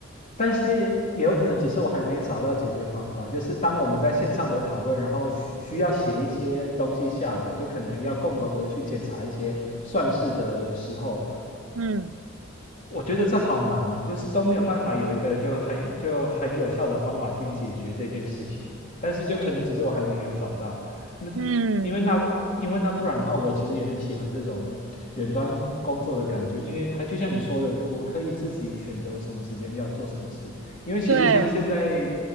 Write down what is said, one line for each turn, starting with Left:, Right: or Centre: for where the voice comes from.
Left: 但是也有可能只是我还没找到解决方法。就是当我们在线上的讨论，然后需需要写一些东西下来，就可能要共同的去检查一些算式的时候，
Right: 嗯
Left: 我觉得这好难哦，就是都没有办法有一个就很就很有效的方法去解决这件事情。但是就可能只是我还没有找到。那
Right: 嗯，
Left: 因为那因为那不然的话，我其实也很喜欢这种远端工作的感觉，因为它就像你说的，就我可以自己选择我什么时间要做什么事。因为其实像现在，
Right: 对，